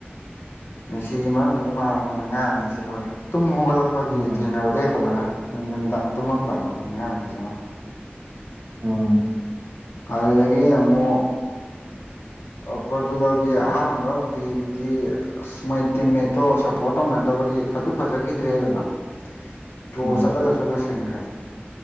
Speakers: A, on the left; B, on the right.
A: ꯃꯤꯦꯁꯤꯒꯤ ꯃꯔꯝꯁꯤꯅ ꯃꯥ ꯑꯩꯉꯣꯟꯗ ꯉꯥꯡꯉꯤꯁꯤ ꯂꯣꯏꯔꯦ ꯇꯨꯝ ꯍꯧꯒꯠꯂꯛꯄꯒꯤ
B: ꯎꯝ
A: ꯊꯦꯡꯅꯕꯗꯒꯤꯩ ꯍꯧꯔꯛꯑꯅꯤ ꯅꯨꯃꯤꯗꯥꯡ ꯇꯨꯝꯃꯝꯗꯔꯛꯅꯤ ꯉꯥꯡꯗꯏ ꯆꯃꯉꯥ
B: ꯎꯝ
A: ꯑꯗꯨꯗꯒꯤ ꯑꯃꯨꯛ ꯄ꯭ꯔꯣꯇꯨꯒꯜꯒꯤ ꯑꯍꯥꯡꯥꯟꯕ ꯄꯕ꯭ꯂꯦꯗꯨꯗꯤ ꯑꯁ ꯃꯣꯏ ꯇꯤꯝꯃꯦꯠꯇꯣ ꯁꯞꯄꯣꯔꯠ ꯇꯧꯅꯗꯕꯒꯤ ꯐꯁꯨ ꯐꯖꯈꯤꯗ꯭ꯔꯦꯗꯅ ꯗ꯭ꯔꯣ
B: ꯎꯝ
A: ꯆꯠꯂꯒꯁꯨ ꯂꯣꯏꯁꯤꯟꯈ꯭ꯔꯦ